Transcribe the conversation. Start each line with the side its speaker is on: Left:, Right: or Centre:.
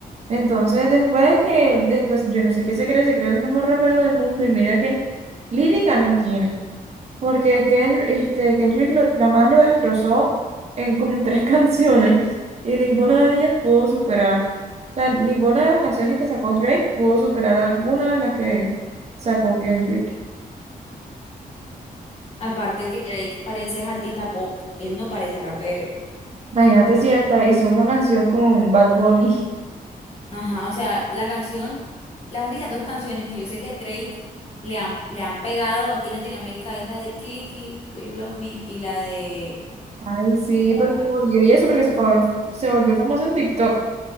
Right: Entonces, después que, después, yo no sé qué se cree, se cree el mejor rapero del mundo y mira que lírica no tiene, porque Kendrick, este, Kendrick lo- Lamar lo destrozó en como en tres <laughs> canciones y ninguna de ellas pudo superar. O sea, ninguna de las canciones que sacó Drake pudo superar alguna de las que sacó Kendrick.
Left: Aparte que Drake parece es artista pop, él no parece rapero.
Right: Imagínate si hasta hizo una canción con Bad Bunny.
Left: Ajá, o sea, la canción, las únicas dos canciones que yo sé que Drake le han, le han pegado aquí en Latinoamérica es la de Kiki, Do You Love Me, y la de...
Right: Ay, sí,
Left: la-
Right: porque se volvió, y eso porque se, fue- se volvió famoso en TikTok.